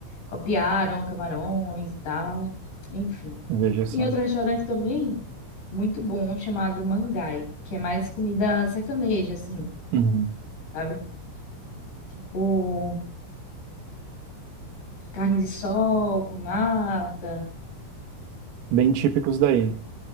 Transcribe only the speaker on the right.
veja só.
Uhum.
Bem típicos daí.